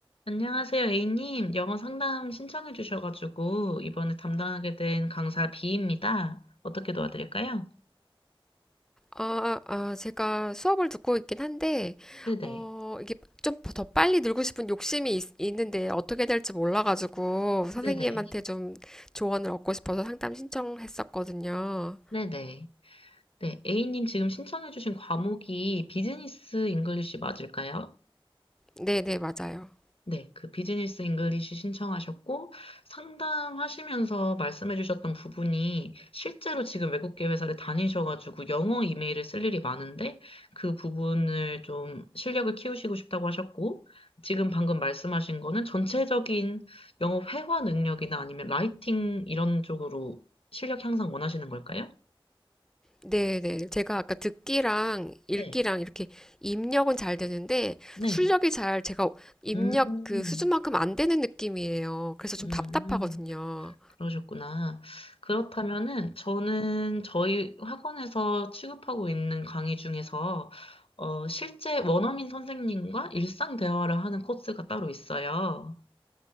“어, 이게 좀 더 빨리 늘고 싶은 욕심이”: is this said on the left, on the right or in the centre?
Centre